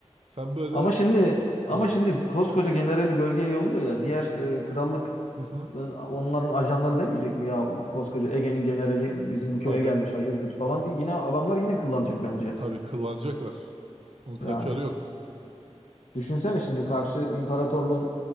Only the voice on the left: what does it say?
Ama şimdi ama
şimdi koskoca generali bölgeye yolluyor ya. Diğer e, krallık
e, onların ajanları demeyecek mi ya koskoca Ege'nin generali bizim bu köye
gelmiş hayırdır falan diye yine adamlar yine kıllanacak bence
yani
düşünsene şimdi karşı imparatorluğun